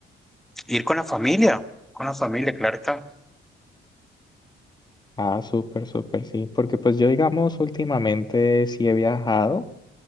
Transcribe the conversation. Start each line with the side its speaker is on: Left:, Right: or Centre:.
Centre: Ir con la familia, con la familia, claro está.
Left: Ah, súper, súper, sí. Porque pues yo, digamos, últimamente sí he viajado.